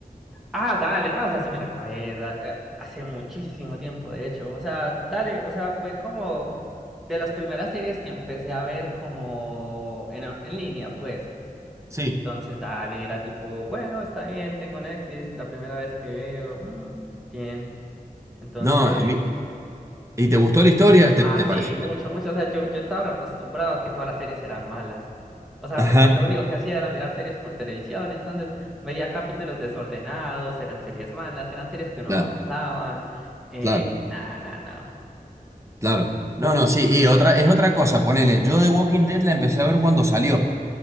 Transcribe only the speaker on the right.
Sí.
No, a mí. ¿Y te gustó la historia? ¿Te,
te pareció?
Ajá.
Claro.
Claro,
claro. No, no, sí, y otra, es otra cosa, ponele, yo The Walking Dead la empecé a ver cuando salió